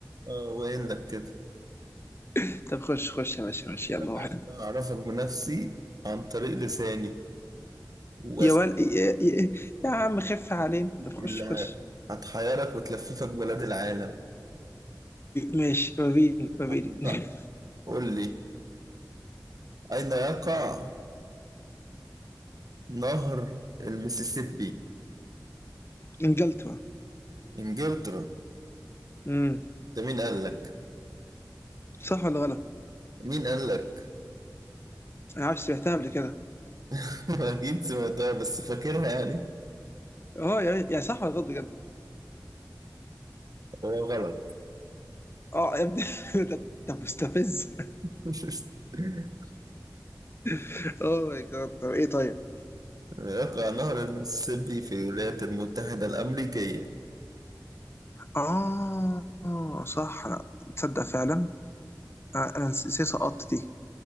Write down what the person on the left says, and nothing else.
<laughs> طب خش خش يا باشا ماشي يلا
واحد
يا ول يا, يا, يا عم خف علينا طب خش
خش
ماشي وريني وريني
<laughs>
انجلترا
امم
صح ولا غلط؟
انا عارف سمعتها قبل كده
اه يا يا صح ولا غلط بجد؟
اه يا ابني <laughs> ده ده مستفز
<laughs> اوه ماي جاد طب ايه طيب؟
اه آه، صح انا تصدق فعلا آه، انا نسيت سقطت دي